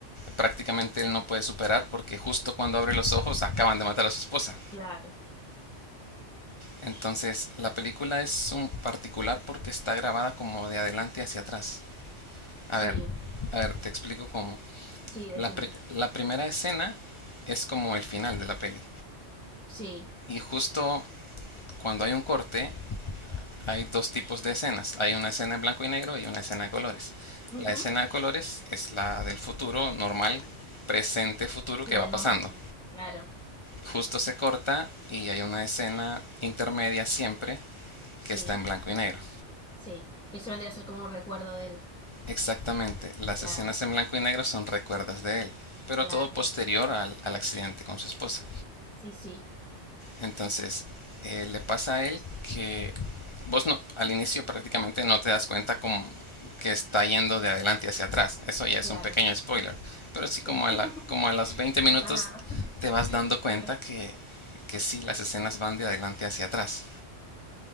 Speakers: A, on the left; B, in the centre.
A: prácticamente él no puede superar porque justo cuando abre los ojos acaban de matar a su esposa.
B: Claro,
A: Entonces, la película es un particular porque está grabada como de adelante hacia atrás. A
B: sí.
A: ver, a ver, te explico cómo.
B: Sí, decime.
A: La, pri- la primera escena es como el final de la peli.
B: Sí.
A: Y justo Cuando hay un corte, hay dos tipos de escenas. Hay una escena en blanco y negro y una escena de colores.
B: Ujú.
A: La escena de colores es la del futuro normal, presente, futuro que
B: La
A: va
B: del
A: pasando.
B: momento. Claro.
A: Justo se corta y hay una escena intermedia siempre
B: Sí,
A: que está en blanco y negro.
B: sí. Que eso vendría a ser como un recuerdo de él.
A: Exactamente, las
B: Claro,
A: escenas en blanco y negro son recuerdos de él, pero
B: claro.
A: todo posterior al, al accidente con su esposa.
B: Sí, sí,
A: Entonces, eh, le pasa a él que vos no, al inicio prácticamente no te das cuenta como que está yendo de adelante hacia atrás. Eso ya es
B: claro.
A: un pequeño spoiler. Pero sí
B: Sí.
A: como a,
B: <laughs>
A: la, como a los 20
B: No
A: minutos
B: pasa nada.
A: te vas dando cuenta
B: Claro.
A: que, que sí, las escenas van de adelante hacia atrás.